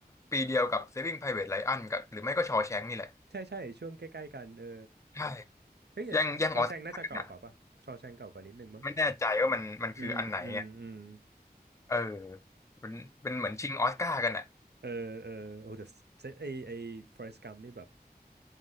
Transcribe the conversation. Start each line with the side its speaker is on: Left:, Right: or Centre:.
Left: ปีเดียวกับ Saving Private Ryan กับหรือไม่ก็ชอ s h ง n k นี่แหละ
Right: ใช่ใช่ช่วงใกล้ๆกันเออ
Left: ใช่
Right: เฮ้ยแต่ชอชอแชงน่าจะเก่ากว่าป่ะชอแชงเก่ากว่านิดนึงมั้ง
Left: แย่งแย่งออสการ์กันอ่ะไม่แน่ใจว่ามันมันคืออันไหนอ่ะ
Right: อืมอืมอืม
Left: เออเป็นเป็นเหมือนชิงออสการ์กันอ่ะ
Right: เออเออโอ้แต่เซตไอไอฟอเรสต์กัมนี่แบบ